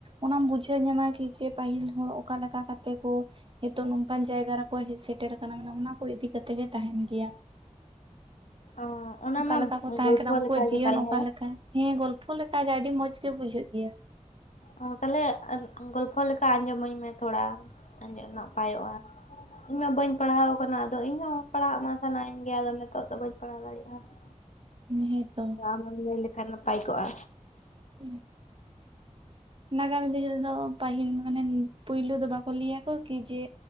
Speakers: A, on the right; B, on the left.
A: ᱚᱱᱟᱢ ᱵᱩᱡᱷᱟᱹᱣ ᱧᱟᱢᱟ ᱠᱤ ᱡᱮ ᱯᱟᱹᱦᱤᱞ ᱦᱚᱲ ᱚᱠᱟ ᱞᱮᱠᱟ ᱠᱟᱛᱮ ᱠᱚ ᱱᱤᱛᱚᱜ ᱱᱚᱝᱠᱟᱱ ᱡᱟᱭᱜᱟ ᱨᱮᱠᱚ ᱦᱮᱡ ᱥᱮᱴᱮᱨ ᱟᱠᱟᱱᱟ ᱚᱱᱟ ᱠᱚ ᱤᱫᱤ ᱠᱟᱛᱮᱜ ᱜᱮ ᱛᱟᱦᱮᱱ ᱜᱮᱭᱟ᱾
B: ᱚ ᱚᱱᱟ
A: ᱚᱠᱟ
B: ᱢᱟ
A: ᱞᱮᱠᱟ ᱠᱚ ᱛᱟᱦᱮᱸ
B: ᱜᱚᱞᱯᱷᱚ
A: ᱠᱟᱱᱟ ᱩᱱᱠᱩᱣᱟᱜ
B: ᱞᱮᱠᱟᱜᱮ
A: ᱡᱤᱭᱚᱱ
B: ᱛᱟᱞᱦᱮ
A: ᱚᱠᱟ ᱞᱮᱠᱟ ᱦᱮᱸ ᱜᱚᱞᱯᱚ ᱞᱮᱠᱟ ᱜᱮ ᱟᱹᱰᱤ ᱢᱚᱸᱡᱽ ᱜᱮ ᱵᱩᱡᱷᱟᱹᱜ ᱜᱮᱭᱟ
B: ᱚ ᱛᱟᱦᱞᱮ ᱜᱚᱞᱯᱷᱚ ᱞᱮᱠᱟ ᱟᱸᱡᱚᱢᱟᱹᱧ ᱢᱮ ᱛᱷᱚᱲᱟ ᱟᱸᱡᱚᱢ ᱱᱟᱯᱟᱭᱚᱜ-ᱟ᱾ ᱤᱧ ᱢᱟ ᱵᱟᱹᱧ ᱯᱟᱲᱦᱟᱣ ᱠᱟᱱᱟ ᱟᱫᱚ ᱤᱧᱦᱚᱸ ᱯᱟᱲᱦᱟᱜ ᱢᱟ ᱥᱟᱱᱟᱭᱤᱧ ᱜᱮ ᱟᱫᱚ ᱱᱤᱛᱚᱜ ᱫᱚ ᱵᱟᱹᱧ ᱯᱟᱲᱦᱟᱣ ᱫᱟᱲᱮᱭᱟᱜ-ᱟ᱾ ᱦ <inaudible>
A: ᱦᱮᱸᱛᱚ
B: ᱟᱢ ᱮᱢ ᱞᱟᱹᱭ ᱞᱮᱠᱷᱟᱱ ᱱᱟᱯᱟᱭ ᱠᱚᱜ-ᱟ
A: ᱦᱩᱸ ᱱᱟᱜᱟᱢ ᱫᱤᱱ ᱨᱮᱫᱚ ᱯᱟᱹᱦᱤᱞ ᱢᱟᱱᱮ ᱯᱳᱭᱞᱩ ᱫᱚ ᱵᱟᱠᱚ ᱞᱟᱹᱭᱟᱠᱚ ᱠᱤ ᱡᱮ